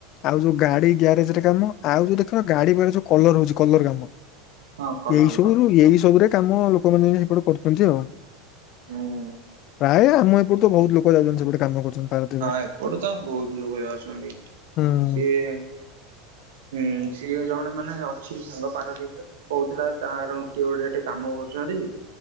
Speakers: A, on the left (about 45°); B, on the right (about 85°).
A: ଆଉ ଯୋଉ ଗାଡ଼ି ଗ୍ୟାରେଜରେ କାମ ଆଉ ଯୋଉ ଦେଖିନ ଗାଡ଼ି ଗୁରା ଯୋଉ କଲର ହଉଛି କଲର କାମ।
B: ହଁ କଲର
A: ଏଇ ସବୁରୁ
B: କାମ।
A: ଏଇ ସବୁରେ କାମ ଲୋକମାନେ ସେପଟେ କରୁଛନ୍ତି ଆଉ।
B: ହଁ।
A: ପ୍ରାୟ ଆମ ଏପଟୁ ତ ବହୁତ ଲୋକ ଯାଉଛନ୍ତି ସେପଟେ କାମ କରୁଛନ୍ତି। ପାରାଦ୍ୱୀପରେ।
B: ହଁ ଏପଟୁ ତ ବୋହୁତ ଲୋକ ଯାଉଛନ୍ତି
A: ହୁଁ
B: ସିଏ ହୁଁ ସିଏ ଜଣେ ମାନେ ଅଛି ସାଙ୍ଗ ପାରାଦୀପ ରେ କୋହୁଥିଲା ତାର କିଏ ଗୋଟେ ଏଠି କାମ କରୁଛନ୍ତି।